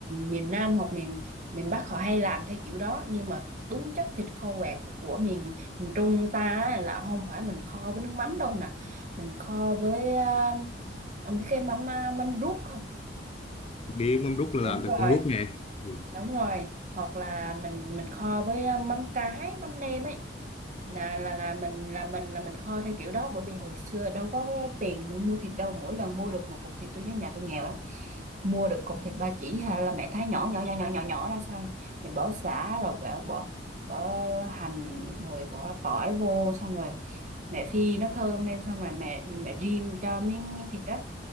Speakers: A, on the right (about 40°); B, on the left (about 35°).
A: miền Nam hoặc miền miền Bắc họ hay làm theo kiểu đó nhưng mà đúng chất thịt kho quẹt của miền miền Trung ta á, là không phải mình kho với nước mắm đâu nè mình kho với à, ông biết cái mắm à, mắm ruốc không
B: biết mắm rút là
A: đúng
B: làm
A: rồi
B: từ con rút nè ừ.
A: đúng rồi hoặc là mình mình kho với ờ, mắm cái mắm nêm ấy là là là mình là mình là mình kho theo kiểu đó bởi vì hồi xưa đâu có cái tiền để mà mua thịt đâu mỗi lần mua được một cục thịt tôi nhớ nhà tôi nghèo lắm mua được cục thịt ba chỉ hay là mẹ thái nhỏ nhỏ nhỏ nhỏ nhỏ nhỏ ra xong mẹ bỏ sả rồi bỏ bỏ bỏ hành rồi bỏ tỏi vô xong rồi mẹ phi nó thơm lên xong rồi mẹ mẹ rim cho miếng miếng thịt đó